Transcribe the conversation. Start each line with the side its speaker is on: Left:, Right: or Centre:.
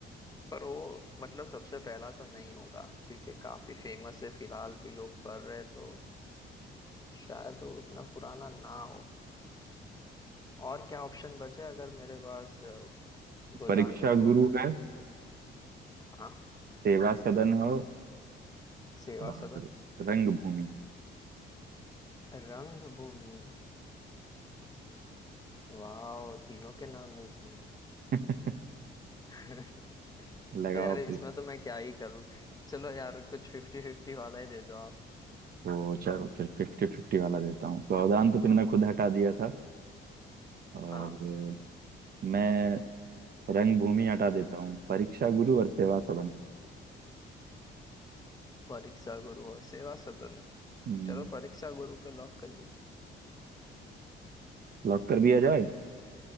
Left: पर वो मतलब सबसे पहला तो नहीं होगा क्योंकि काफी फेमस है फिलहाल भी लोग पढ़ रहे तो शायद वो उतना पुराना ना हो और क्या ऑप्शन बचे अगर मेरे पास अ, गोदान
Right: परीक्षा
Left: को छोड़
Right: गुरु
Left: दे तो
Right: है
Left: हाँ
Right: सेवा सदन हो
Left: सेवा
Right: और
Left: सदन
Right: रंगभूमि
Left: रंगभूमि वाह तीनों के नाम नहीं सुने
Right: <laughs>
Left: <laughs>
Right: लगाओ
Left: तो यार इसमें
Right: फिर
Left: तो मैं क्या ही करूँ चलो यार कुछ फिफ्टी फिफ्टी वाला ही दे दो आप
Right: तो चलो फिर फिफ्टी फिफ्टी वाला देता हूँ गोदान तो तुमने खुद हटा दिया था और
Left: हाँ
Right: मैं रंगभूमि हटा देता हूँ परीक्षा गुरु और सेवा सदन
Left: परीक्षा गुरु और सेवा सदन
Right: हम्म।
Left: चलो परीक्षा गुरु पे लॉक कर दीजिए
Right: लॉक कर दिया जाए